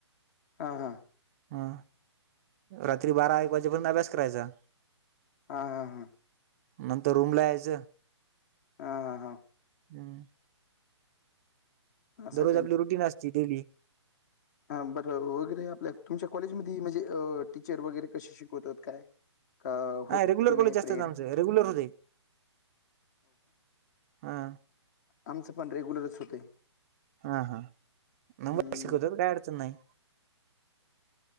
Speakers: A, on the left (about 35°); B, on the right (about 30°).
A: हा हा
B: हा, रात्री बारा एक वाजेपर्यंत अभ्यास करायचा.
A: हा हा हा
B: नंतर रूमला यायच.
A: हा हा हा
B: हम्म
A: हां असं
B: दररोज आपली रुटीन असती डेली.
A: हा बर वगैरे, आपल्या तुमच्या कॉलेजमध्ये म्हणजे टीचर वगैरे कशी शिकवतात काय. का होतात
B: हा रेग्युलर
A: की नाही
B: कॉलेज असतात
A: प्रेड
B: आमच. रेग्युलर होतय. हा
A: आमच पण रेग्युलरच होतय.
B: हा हा नंबर
A: हं.
B: शिकवतात. काय अडचण नाही.